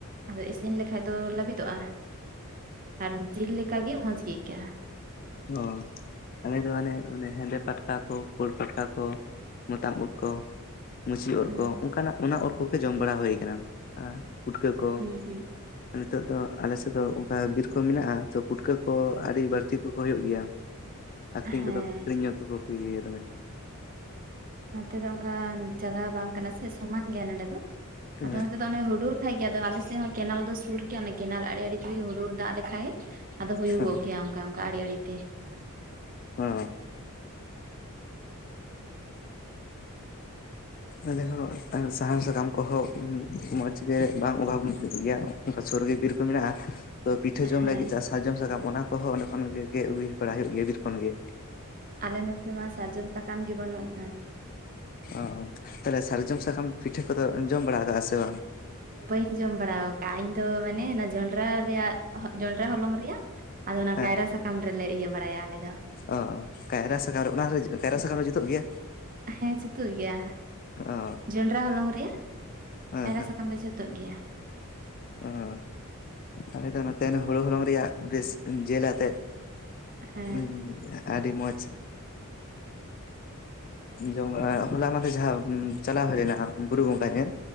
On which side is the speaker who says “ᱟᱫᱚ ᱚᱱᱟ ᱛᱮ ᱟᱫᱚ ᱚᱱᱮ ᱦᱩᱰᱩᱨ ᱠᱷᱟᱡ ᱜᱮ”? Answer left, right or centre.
Right